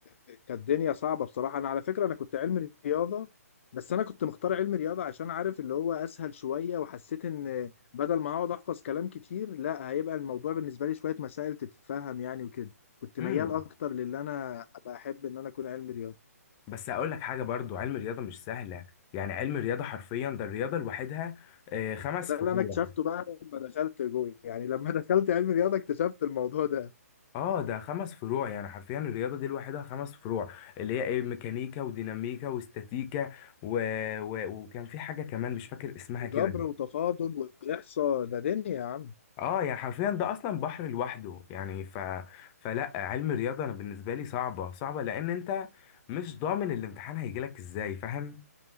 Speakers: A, on the left; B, on the left.
A: كانت الدنيا صعبه بصراحه انا على فكره انا كنت علمي رياضه بس انا كنت مختار علمي رياضه عشان عارف اللي هو اسهل شويه وحسيت ان بدل ما اقعد احفظ كلام كتير لا هيبقى الموضوع بالنسبه لي شويه مسائل تتفهم يعني وكده كنت
B: امم
A: ميال اكتر للي انا ابقى احب ان انا اكون علمي رياضه
B: بس اقول لك حاجه برضو علم الرياضه مش سهله يعني علم الرياضه حرفيا ده الرياضه لوحدها آه، خمس
A: ده
B: فروع
A: اللي انا اكتشفته بقى لما دخلت جوه يعني لما <laughs> دخلت علمي رياضه اكتشفت الموضوع ده
B: اه ده خمس فروع يعني حرفيا الرياضة دي لوحدها خمس فروع اللي هي ايه ميكانيكا وديناميكا واستاتيكا و... و... وكان في حاجة كمان مش فاكر اسمها
A: وجبر
B: كده
A: وتفاضل واحصاء ده دنيا يا عم
B: اه يعني حرفيا ده اصلا بحر لوحده يعني ف... فلا علم الرياضة انا بالنسبة لي صعبة صعبة لان انت مش ضامن الامتحان هيجيلك ازاي فاهم